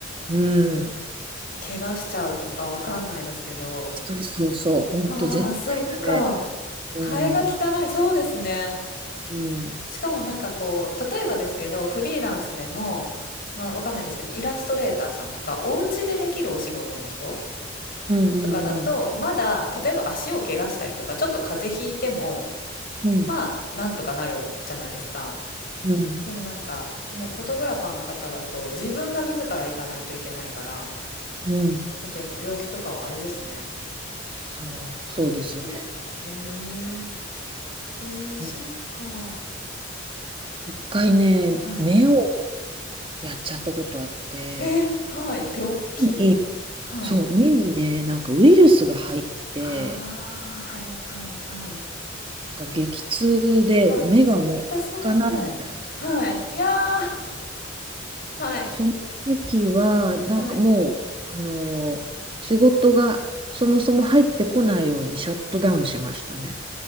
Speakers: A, on the right; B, on the left.
A: うん、
B: 怪我しちゃうとかわかんないですけど。
A: そうそうそう、ほんと絶対だね。
B: ああ、そっか。
A: うん、
B: 替えが利かない、そうですね。
A: うん、
B: しかもなんかこう、例えばですけど、フリーランスでも、まあわかんないですけど、イラストレーターさんとか、お家でできるお仕事の人
A: うん、
B: とかだと、
A: うん、
B: まだ、例えば足を怪我したりとか、ちょっと風邪ひいても、
A: うん、
B: まあ、なんとかなるじゃないですか。
A: うん、
B: でもなんか、ね、フォトグラファーの方だと、自分が自ら行かないといけないから、
A: うん、
B: ちょっとやっぱ病気とかはあれですね。
A: そう、
B: 大敵。
A: そうですね。
B: えええー、
A: うん
B: そうか。
A: 一回ね、
B: はい。
A: 目をやっちゃったことあって、
B: えー、はい。病気
A: 目にそう、
B: はい。
A: 目にね、なんかウイルスが入って、
B: ああ、はいはいはい。
A: なんか激痛で目がもう開かないみたいな。
B: わ、痛そう、はい。はい。いやー、はい。
A: その時は、
B: はい。
A: なんかもう、あのー仕事がそもそも入ってこないようにシャットダウンしましたね。